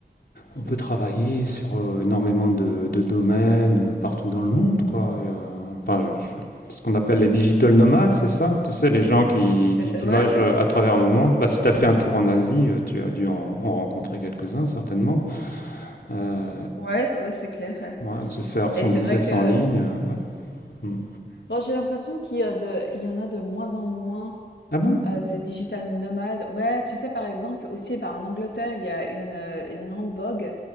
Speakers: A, on the left (about 65°); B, on the left (about 80°).
A: on peut travailler sur, heu, énormément de de domaines, heu, partout dans le monde, quoi, et heu, enfin, je ce qu'on appelle les digital nomades, c'est ça? Tu sais, les gens qui
B: C'est
A: qui
B: ça,
A: qui
B: ouais,
A: voyagent,
B: ouais,
A: euh, à travers le monde. Bah, si tu as fait un tour en Asie, heu, tu as dû en en rencontrer quelques-uns certainement. Heu,
B: ouais, ouais, c'est clair.
A: ouais, de se faire son
B: Et c'est
A: business
B: vrai que
A: en ligne, heu, ouais. Mmh.
B: Bon, j'ai l'impression qu'il y a de, il y en a de moins en moins,
A: Ah bon?
B: euh, ces digital nomades. Ouais, tu sais, par exemple, aussi, bah, en Angleterre, il y a une, euh, une grande vogue,